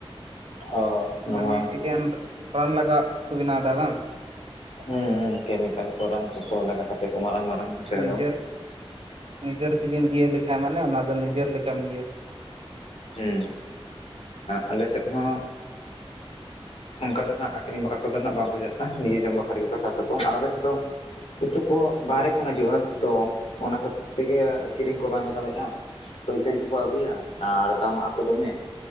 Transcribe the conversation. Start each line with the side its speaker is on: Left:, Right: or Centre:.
Left: ᱦᱳᱭ ᱱᱚᱣᱟ
Right: ᱢᱟᱱᱮ ᱮᱠᱮᱱ ᱨᱟᱱ ᱞᱟᱜᱟᱣᱟᱜ ᱠᱚ ᱵᱮᱱᱟᱣ ᱫᱟ ᱵᱟᱝ᱾
Left: ᱦᱚᱸ ᱦᱚᱸ ᱠᱮᱢᱤᱠᱟᱹᱞ ᱠᱚ ᱨᱟᱱ ᱠᱚ ᱞᱟᱜᱟᱣ ᱠᱟᱛᱮ ᱠᱚ ᱢᱟᱨᱟᱝ ᱢᱟᱨᱟᱝ ᱦᱚᱪᱚᱭᱟ
Right: ᱱᱤᱡᱮᱨ,
Left: ᱠᱚ
Right: ᱱᱤᱡᱮᱨ ᱛᱮᱜᱮᱢ ᱤᱭᱟᱹ ᱞᱮᱠᱷᱟᱡ ᱢᱟᱱᱮ ᱚᱱᱟ ᱫᱚ ᱱᱤᱡᱮᱨ ᱞᱮᱠᱟᱢ ᱤᱭᱟᱹ᱾
Left: ᱦᱢ ᱟᱞᱮ ᱥᱮᱫ ᱦᱚᱸ, ᱚᱱᱠᱟ ᱫᱚ ᱱᱟᱦᱟᱜ ᱟᱠᱷᱨᱤᱧ ᱵᱟᱠᱷᱨᱟ ᱠᱚᱫᱚ ᱦᱟᱸᱜ ᱵᱟᱝᱠᱚ ᱪᱟᱥᱟ ᱱᱤᱡᱮ ᱡᱚᱢ ᱵᱟᱠᱷᱨᱟ ᱜᱮᱠᱚ ᱪᱟᱥᱟ ᱠᱚ ᱟᱨ ᱟᱞᱮᱥᱮᱫ ᱫᱚ ᱩᱛᱩ ᱠᱚ ᱵᱟᱦᱨᱮ ᱠᱷᱚᱱ ᱦᱟᱹᱡᱩᱜᱼᱟ, ᱛᱚ ᱚᱱᱟ ᱠᱷᱟᱹᱛᱤᱨ ᱛᱮᱜᱮ ᱠᱤᱨᱤᱧ ᱠᱚ ᱵᱟᱝᱞᱮ ᱫᱟᱲᱮᱭᱟᱜᱼᱟ ᱾ ᱯᱟᱹᱭᱠᱟᱹᱨᱤ ᱠᱚᱠᱚ ᱟᱹᱜᱩᱭᱟ ᱟᱨ ᱫᱟᱢᱟᱜᱼᱟ ᱟᱠᱚ ᱫᱚᱢᱮ